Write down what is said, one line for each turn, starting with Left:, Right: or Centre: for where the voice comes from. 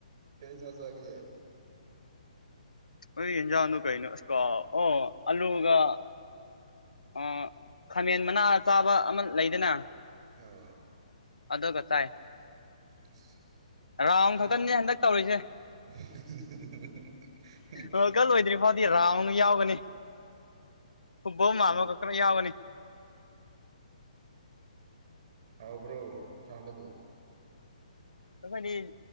Right: ꯀꯩ ꯆꯖꯥꯖ ꯋꯥꯒꯦ ꯍꯥꯏ
Left: ꯍ ꯌꯦꯟꯖꯥꯡꯗꯨ ꯀꯩꯅꯣ ꯑꯁ ꯀꯣ ꯑꯣ ꯑꯜꯂꯨꯒ ꯑ ꯈꯥꯃꯦꯟ ꯃꯅꯥ ꯆꯥꯕ ꯑꯃ ꯂꯩꯗꯅ
Right: ꯑ
Left: ꯑꯗꯨꯒ ꯆꯥꯏ
Right: ꯑꯁ
Left: ꯔꯥꯎꯟ
Right: ꯑꯗꯨꯝ
Left: ꯈꯛꯇꯅꯦ ꯍꯟꯗꯛ ꯇꯧꯔꯤꯁꯦ
Right: <unintelligible>
Left: ꯋꯥꯔꯜ ꯀꯞ ꯂꯣꯏꯗ꯭ꯔꯤ ꯐꯥꯎꯗꯤ ꯔꯥꯎꯟ ꯌꯥꯎꯒꯅꯤ ꯐꯨꯠꯕꯣꯜ ꯃꯃ ꯌꯥꯕꯅꯤ
Right: ꯭ꯔ ꯁꯥꯟꯗ ꯄꯣ
Left: ꯑꯩꯈꯣꯏꯗꯤ